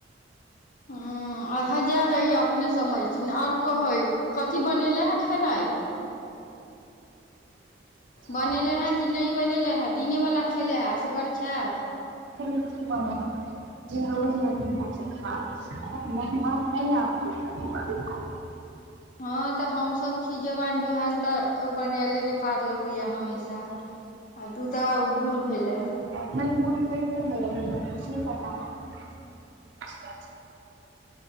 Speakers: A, on the left (about 45°); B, on the right (about 75°).
A: ह अच्छा जाय दही अपने समझथिन ओर कहै कथी बनेले हे खेनाइ बनेलै
B: हैं।
A: हेँ कि नय बनेलै हेँ दिनेवला खेलै हे असगर छै
B: <inaudible> <inaudible>
A: हँ तऽ हमस छी जवान जुहान तऽ बनयले ने पार लगैया हमेशा
B: <inaudible>
A: आ तू तऽ आ बूढ़ भेले
B: आ नै मुन कैरते नै रहै ये <unintelligible> अच्छा